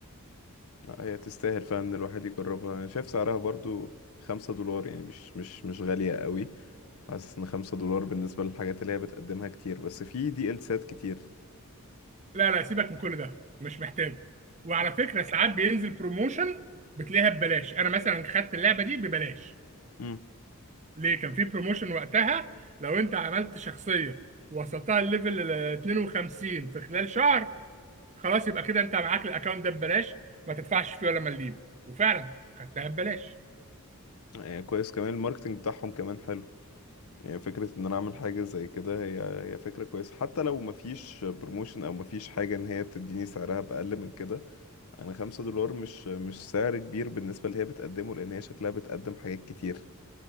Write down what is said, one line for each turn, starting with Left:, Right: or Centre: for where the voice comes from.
Left: لا هي تستاهل فعلا ان الواحد يجربها انا شايف سعرها برضو خمسة دولار يعني مش مش مش غالية قوي حاسس ان خمسة دولار بالنسبة للحاجات اللي هي بتقدمها كتير بس في دي ال سات كتير
Right: لا لا سيبك من كل ده مش محتاجه وعلى
Left: يعني.
Right: فكره ساعات بينزل بروموشن بتلاقيها ببلاش انا مثلا خدت اللعبه دي ببلاش
Left: امم
Right: ليه كان في بروموشن وقتها لو انت عملت شخصيه وصلتها الليفل ال 52 في خلال شهر خلاص يبقى كده انت معاك الاكونت ده ببلاش ما تدفعش فيه ولا مليم وفعلا خدتها ببلاش
Left: يعني كويس كمان الماركتنج بتاعهم كمان حلو يعني فكرة ان انا اعمل حاجة زي كده هي هي فكرة كويسة حتى لو مفيش بروموشن او مفيش حاجة ان هي تديني سعرها بأقل من كده انا خمسة دولار مش مش سعر كبير بالنسبة اللي هي بتقدمه لان هي شكلها بتقدم حاجات كتير